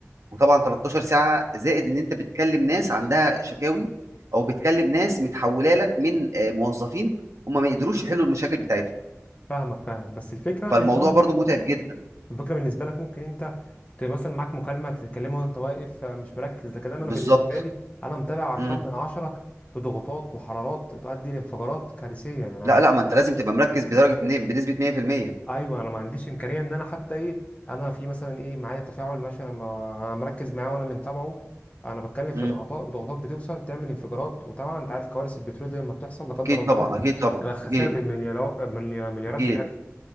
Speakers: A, on the right; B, on the left.
A: وطبعا 13 ساعه زائد ان انت بتكلم ناس عندها شكاوي او بتكلم ناس متحوله لك من آه، موظفين هم ما يقدروش يحلوا المشاكل بتاعتهم
B: فاهمك فاهمك بس الفكره
A: فالموضوع
B: انت ممكن
A: برضو متعب جدا
B: الفكره بالنسبه لك ممكن انت ت- مثلا معاك مكالمه تتكلمها وانت واقف آه، مش مركز لكن انا
A: بالظبط
B: أنا بالنسبه لي انا متابع ارقام
A: مم.
B: من عشرة في ضغوطات وحرارات تؤدي لانفجارات كارثيه يعني
A: لا
B: انا
A: لا ما انت لازم تبقى مركز بدرجه إن- بنسبه 100%
B: ايوه انا ما عنديش امكانيه ان انا حتى ايه انا في مثلا ايه معايا تفاعل مثلا ما- انا مركز معاه وانا اللي متابعه انا بتكلم في
A: مم.
B: ضغطات ضغوطات بتوصل تعمل انفجارات وطبعا انت عارف كوارث البترول دي لما بتحصل لا قدر
A: اكيد
B: الله
A: طبعا اكيد طبعا
B: يبقى الخسائر
A: اكيد
B: بالمليارات مليارات
A: اكيد
B: بجد